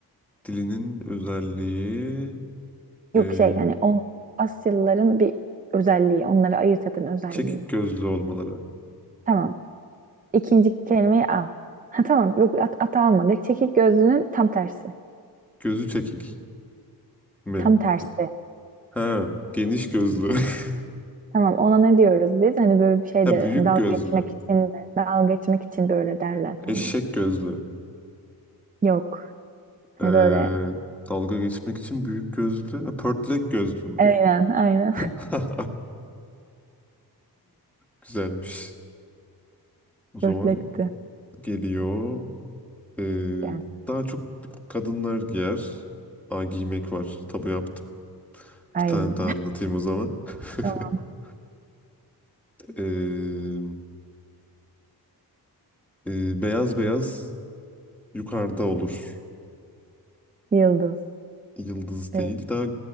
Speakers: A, in the centre; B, on the right.
A: Dilinin özelliği
B: Yok
A: e,
B: şey yani o Asyalıların bir özelliği. Onları ayırt eden özelliği.
A: çekik gözlü olmaları.
B: Tamam. İkinci kelimeyi al. Ha tamam. Yok at, at almadık. Çekik gözlünün tam tersi.
A: Gözü çekik mi?
B: Tam tersi.
A: Ha, geniş gözlü. <laughs>
B: Tamam ona ne diyoruz biz? Hani böyle bir şey
A: Ha,
B: de
A: büyük
B: hani dalga
A: gözlü.
B: geçmek için de dalga geçmek için böyle derler hani.
A: Eşek gözlü.
B: Yok. Hani
A: E,
B: böyle
A: dalga geçmek için büyük gözlü. Ha, pörtlek gözlü mü?
B: aynen aynen.
A: <laughs> Güzelmiş. O zaman
B: <laughs> Dörtlekti.
A: geliyor. Ee,
B: Gelsin.
A: daha çok kadınlar giyer. Aa, giymek var. Tabu yaptım.
B: Ay.
A: Bir tane daha anlatayım o zaman.
B: <laughs> Tamam.
A: <laughs> Ee, e, beyaz beyaz yukarıda olur.
B: Yıldız.
A: Yıldız
B: Evet.
A: değil. Daha